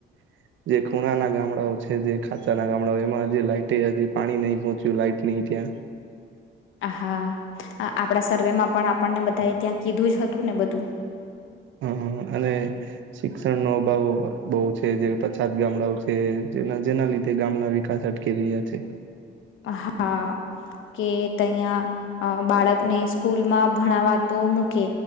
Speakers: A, on the right (about 70°); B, on the left (about 80°).
A: <inaudible> જે ખૂણાના ગામડાઓ છે જે ખાંચા ના ગામડાઓ એમાં જે લાઈટે હજી પાણી નહી પહોંચ્યું લાઈટ ન્યા
B: હા આપણા સર્વે માં પણ આપણને બધાએ ત્યાં કીધું જ હતું ને બધું
A: હમ હમ અને શિક્ષણ નો અભાવ બહ છે જે પછાત ગામડાઓ છે જેના રીતે ગામના વિકાસ અટકી રહ્યા છે
B: હા કે તયા બાળકને સ્કૂલમાં ભણવા તો મૂકે